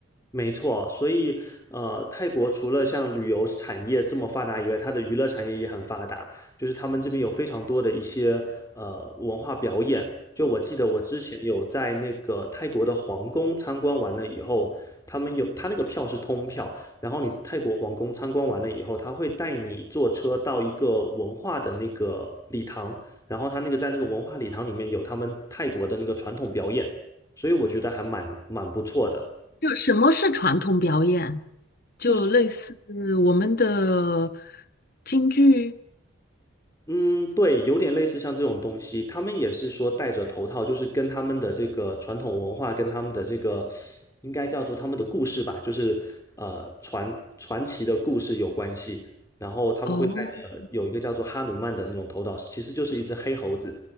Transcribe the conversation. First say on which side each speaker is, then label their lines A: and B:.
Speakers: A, on the left (about 15°); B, on the left (about 45°).
A: 没错，所以呃，泰国除了像旅游产业这么发达以外，它的娱乐产业也很发达。就是他们这边有非常多的一些呃文化表演。就我记得我之前有在那个泰国的皇宫参观完了以后，他们有他那个票是通票，然后你泰国皇宫参观完了以后，他会带你坐车到一个文化的那个礼堂，然后他那个在那个文化礼堂里面有他们泰国的那个传统表演，所以我觉得还蛮蛮不错的。
B: 就什么是传统表演？就类似我们的
A: 就是。
B: 京剧。
A: 嗯，对，有点类似像这种东西，他们也是说戴着头套，就是跟他们的这个传统文化，跟他们的这个应该叫做他们的故事吧，就是呃传传奇的故事有关系。然后他们会戴着有一个叫做哈努曼的那种头套，
B: 哦
A: 其实就是一只黑猴子，